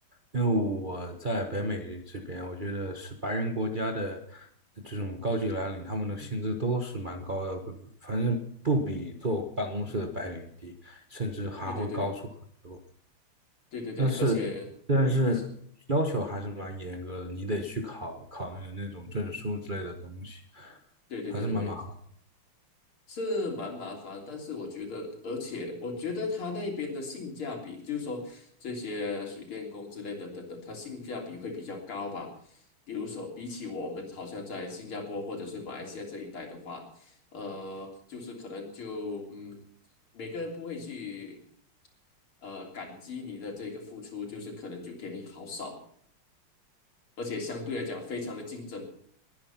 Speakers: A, on the right; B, on the left.
A: 因为我在北美这边，我觉得是白人国家的这种高级蓝领，他们的薪资都是蛮高的，不反正不比坐办公室的白领低，甚至还会高出很多。
B: 对对对对对对对，
A: 但是
B: 而且嗯你是
A: 但是要求还是蛮严格的，你得去考考那个那种证书之类的东西，
B: 对对对对对，
A: 还是蛮麻。
B: 是蛮麻烦，但是我觉得，而且我觉得他那边的性价比，就是说这些水电工之类等等的，它性价比会比较高吧。比如说，比起我们好像在新加坡或者是马来西亚这一带的话，呃，就是可能就嗯，每个人不会去呃感激你的这个付出，就是可能就给你好少，而且相对来讲非常的竞争。